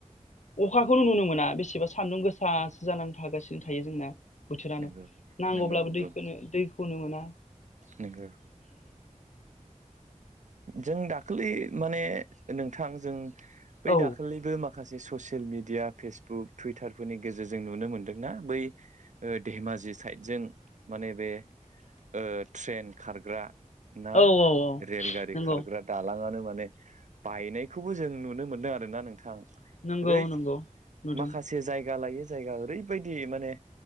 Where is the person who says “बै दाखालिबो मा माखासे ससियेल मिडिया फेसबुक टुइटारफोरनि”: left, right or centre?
Right